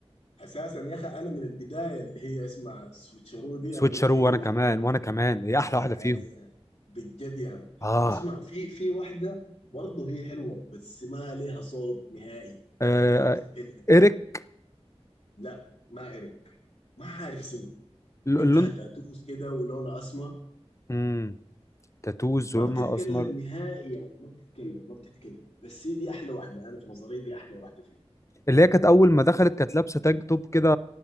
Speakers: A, on the left; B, on the left.
A: اساسا يا اخي انا من البدايه اللي هي اسمها سويتشرو دي
B: سويتشارو
A: انا قلت هي
B: وانا
A: اللي
B: كمان
A: هتاخذها
B: وانا كمان هي احلى
A: آه،
B: واحدة فيهم
A: هي بجد يعني
B: اه,
A: اسمع في في واحده برضه هي حلوه بس ما لها صوت نهائي
B: آه.
A: ما بتتكلم
B: ايريك
A: لا ما ارك ما عارف اسمها
B: ل-
A: عندها
B: اللون
A: تاتوز كده ولونها اسمر
B: امم تاتوز
A: ما
B: ولونها
A: بتتكلم
B: اسمر
A: نهائي يعني ما بتتكلم ما بتتكلم بس هي دي احلى واحده انا في نظري دي احلى واحده فيهم
B: اللي هي كانت اول ما دخلت كانت لابسه تانك توب كده